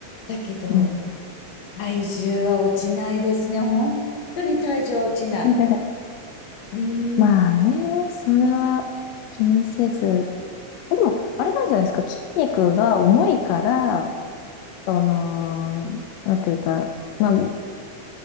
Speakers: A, on the left (about 65°); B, on the left (about 75°).
A: だけど、
B: うん。
A: 体重は落ちないですね。本当に体重は落ちない。
B: <laughs>
A: うーん。
B: まあね、それは気にせず。え、でも、あれなんじゃないですか。筋肉が重いから、その、なんていうか、まあ、